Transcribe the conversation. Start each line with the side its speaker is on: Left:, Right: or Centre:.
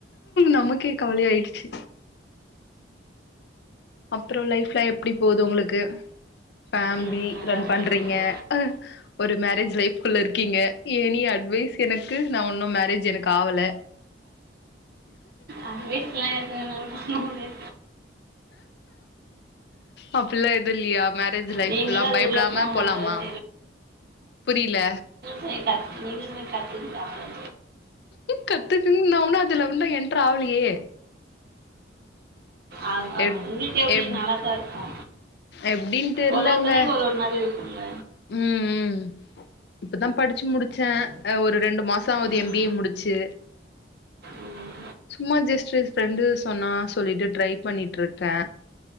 Left: நமக்கே கவல ஆயிடுச்சு அப்புறோ லைஃப்ல்லா எப்டி போது உங்களுக்கு ஃபேமிலி
Right: ம் நல்லா
Left: ரன்
Right: போயிட்டு
Left: பண்றீங்க
Right: இருக்கு
Left: ஒரு மேரேஜ் லைஃப்குள்ள இருக்கீங்க எனி அட்வைஸ் எனக்கு நா உன்னு மேரேஜ் எனக்கு ஆவல
Right: அப்டியே சில <unintelligible>
Left: அப்டில்லா எது இல்லயா மேரேஜ் லைஃப்ல்லா
Right: நீங்களும் அது
Left: பயப்படாம
Right: உள்ளே போங்க
Left: போலாமா
Right: அப்போ தான்
Left: புரியல
Right: செரிக்கா நீங்களுமே கத்துகிட்டாப்புல
Left: கத்துக்குன்னு நா உன்னு அதுல உன்னு என்டர் ஆவலயே
Right: ஆவுங் ஆவுங்
Left: எப்
Right: உங்களுக்கு எப்டி
Left: எப்
Right: நல்லதா இருக்கா
Left: எப்டின்னு தெர்லங்க
Right: ஒரு ஒரு தொங்களுக்கு ஒருயொரு மாறி இருக்குல்ல
Left: ம் ம் இப்பதா படிச்சு முடிச்சே அ ஒரு ரெண்டு மாச ஆவுது
Right: ம்
Left: எம் பி ஏ முடிச்சு
Right: ம் ம்
Left: சும்மா ஜஸ்ட் ஜஸ்ட் ஃப்ரெண்டு சொன்னா சொல்லிட்டு ட்ரை பண்ணிட்டு இருக்கே